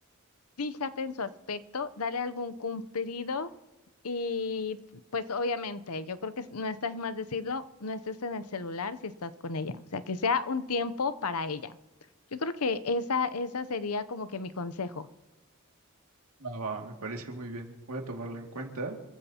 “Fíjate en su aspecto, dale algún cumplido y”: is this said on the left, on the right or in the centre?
Left